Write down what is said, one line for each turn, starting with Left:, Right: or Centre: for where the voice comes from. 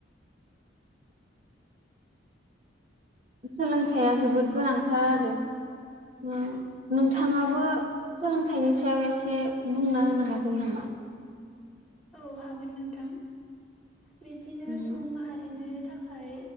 Right: सोलोंथाइया जोबोद गोनांथार आरो उम नोंथाङाबो सोलोंथाइनि सायाव एसे बुंना होनो हागोन नामा?
Centre: औ हागोन नोंथां। बिब्दिनो
Right: उम
Centre: सुबुं माहारिनि था- खाय